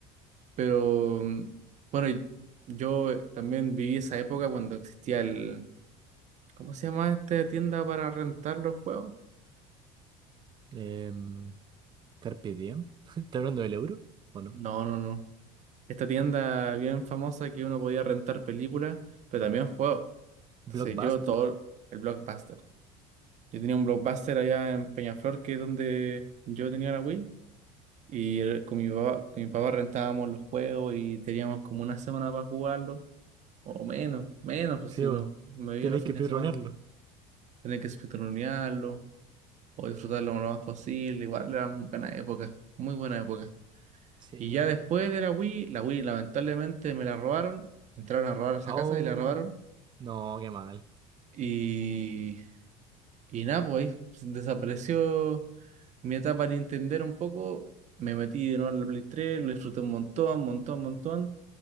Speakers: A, on the right; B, on the right.
A: Pero mm, bueno, y- yo eh, también viví esa época cuando existía el, ¿cómo se llama esta tienda para rentar los juegos?
B: em, Carpe Diem. <laughs> ¿Está hablando del euro? ¿O no?
A: No, no, no. Esta tienda bien famosa que uno podía rentar películas, pero también juegos.
B: ¿Blockbuster?
A: Entonces yo todo el Blockbuster. Yo tenía un Blockbuster allá en Peñaflor, que es donde yo tenía la Wii. Y re- con mi papá, con mi papá rentábamos los juegos y teníamos como una semana para jugarlo, o menos, menos, pues
B: Sí,
A: si
B: bo.
A: no me veía
B: Tenéis
A: los fines
B: que pirronearlo.
A: de semana. Tenía que espetoronearlo o disfrutarlo lo más posible. Igual era una buena época, muy buena época.
B: Sí.
A: Y ya después de la Wii, la Wii lamentablemente me la robaron, entraron a robar esa
B: Oh.
A: casa y la robaron.
B: No, qué mal.
A: Y Y nada, pues ahí desapareció mi etapa de entender un poco. Me metí de nuevo en la Play 3, lo disfruté un montón, montón, montón.